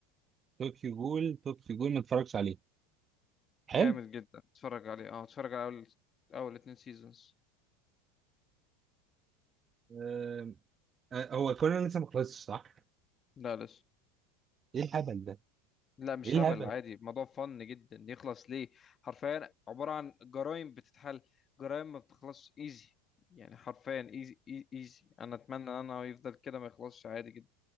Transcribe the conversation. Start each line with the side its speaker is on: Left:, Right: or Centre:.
Right: طوكيو جول طوكيو جول ما اتفرجش عليه حلو
Left: جامد جدا اتفرج عليه اه اتفرج على أول أول اتنين سيزونز
Right: آه آه، هو كونان لسه ما خلصش صح
Left: لا لسه
Right: ايه الهبل ده
Left: لا مش
Right: ايه
Left: هبل
Right: الهبل
Left: عادي الموضوع فن جدا يخلص ليه حرفيا عبارة عن جرائم بتتحل جرائم ما بتخلصش ايزي يعني حرفيا ايزي ايزي انا اتمنى ان انا يفضل كده ما يخلصش عادي جدا